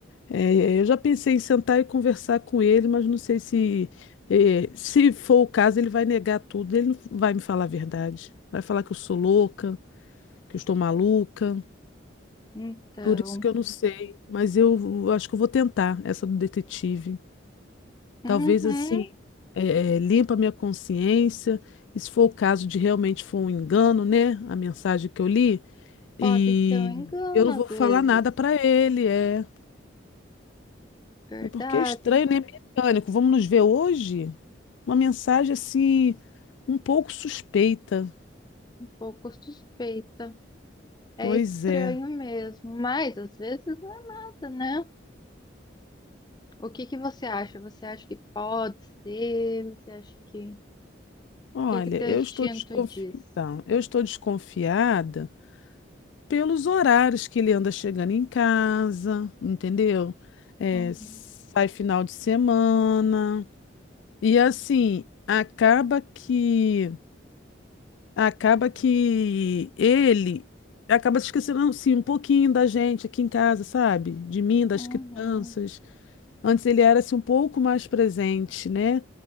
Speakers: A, on the left; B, on the left.
A: É, é, eu já pensei em sentar e conversar com ele, mas não sei se, é, se for o caso, ele vai negar tudo, ele não vai me falar a verdade. Vai falar que eu sou louca, que eu estou maluca.
B: Então,
A: Por isso que eu não sei, mas eu acho que eu vou tentar essa do detetive.
B: uhum,
A: Talvez assim, eh, eh, limpa a minha consciência, e se for o caso de realmente for um engano, né? A mensagem que eu li, e
B: pode ser um engano
A: eu não
B: às
A: vou
B: vezes.
A: falar nada para ele, é.
B: Verdade,
A: É porque é estranho, né? Mecânico. Vamos nos ver hoje? Uma mensagem assim, um pouco suspeita.
B: um pouco suspeita. É
A: Pois
B: estranho
A: é.
B: mesmo, mas às vezes não é nada, né? O que que você acha? Você acha que pode ser? Você acha que... O
A: Olha,
B: que que teu
A: eu
B: instinto
A: estou desconfi...
B: diz?
A: então, eu estou desconfiada pelos horários que ele anda chegando em casa, entendeu? É,
B: Uhum,
A: sai final de semana. E assim, acaba que acaba que ele acaba se esquecendo assim um pouquinho da gente aqui em casa, sabe? De mim, das
B: uhum,
A: crianças. Antes ele era assim, um pouco mais presente, né?